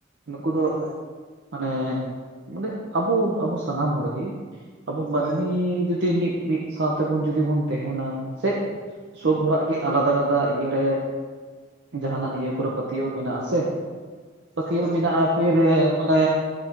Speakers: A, on the right; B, on the right.
A: ᱱᱩᱠᱩ ᱫᱚ
B: ᱦᱳᱭ
A: ᱢᱟᱱᱮ ᱢᱟᱱᱮ ᱟᱵᱚ ᱟᱵᱚ ᱥᱟᱱᱟᱢ ᱦᱚᱲ ᱜᱮ ᱟᱵᱚ ᱢᱟᱹᱱᱢᱤ
B: ᱦᱳᱭ
A: ᱡᱩᱫᱤ ᱢᱤᱫ ᱢᱤᱫ ᱥᱟᱶ ᱛᱮᱵᱚᱱ ᱡᱩᱫᱤ ᱵᱚᱱ ᱛᱟᱦᱮᱱᱟ ᱥᱮᱜᱽ, ᱥᱳᱵ ᱚᱲᱟᱜ ᱜᱮ ᱟᱞᱟᱫᱟ ᱟᱞᱟᱫᱟ ᱤᱭᱟᱹ ᱨᱮ ᱡᱟᱦᱟᱱᱟᱜ ᱤᱭᱟᱹ ᱠᱚᱨᱮ ᱯᱟᱹᱛᱭᱟᱹᱣ ᱢᱮᱱᱟᱜᱼᱟ ᱥᱮ ᱯᱟᱹᱛᱭᱟᱹᱣ
B: ᱦᱳᱭ
A: ᱢᱮᱱᱟᱜᱼᱟ ᱯᱷᱤᱨ ᱢᱟᱱᱮ